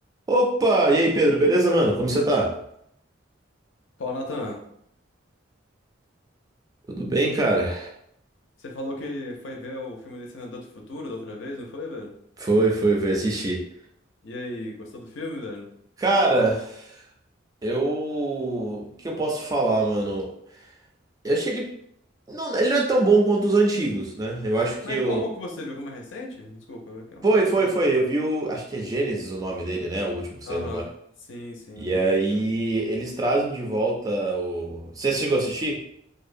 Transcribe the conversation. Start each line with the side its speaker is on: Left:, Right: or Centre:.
Right: Opa! E aí, Pedro, beleza, mano? Como você tá?
Left: Fala, Nathan.
Right: Tudo bem, cara?
Left: Você falou que foi ver o filme de Senador do Futuro da outra vez, não foi, velho?
Right: Foi, foi, foi assistir.
Left: E aí, gostou do filme, velho?
Right: Cara, eu. O que eu posso falar, mano? Eu achei ele. Não, ele não é tão bom quanto os antigos, né? Eu acho que
Left: Mas
Right: o.
Left: qual, qual que você viu? Foi mais recente? Desculpa. é que eu-
Right: Foi, foi,
Left: eu-
Right: foi. Eu vi o. Acho que é Gênesis o nome dele, né? O último que saiu
Left: Aham,
Right: agora.
Left: sim, sim,
Right: E aí,
Left: é isso mesmo.
Right: eles trazem de volta o. Você chegou a assistir?